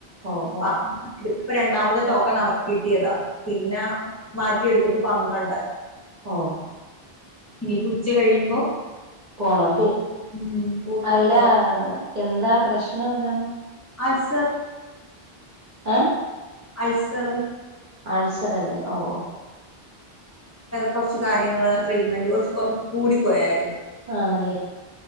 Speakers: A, on the right (about 50°); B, on the left (about 15°).
A: ഓ ഓ
B: <unintelligible> രണ്ടാമത് ടോക്കൺ ആ കിട്ടിയതാ പിന്നെ മാറ്റിയെടുത്തപ്പോ പന്ത്രണ്ടായി
A: ഓഹ്
B: ഇനിപ്പ ഉച്ച കഴിയുമ്പോ
A: പോണം അല്ലേ
B: പോവും ഉം പോയി
A: അല്ല
B: ഡോക്ടർ
A: എന്താ പ്രശ്നം എന്താണ്
B: അൾസർ
A: ഏഹ്
B: അൾസറ്
A: അൾസർ അല്ലേ ഓഹ് ഓഹ്
B: കൊറച്ച് കാര്യങ്ങള് ട്രീറ്റ്മെൻറ് കുറച്ച് കുറ കൂടിപ്പോയാരുന്നു
A: ആണല്ലേ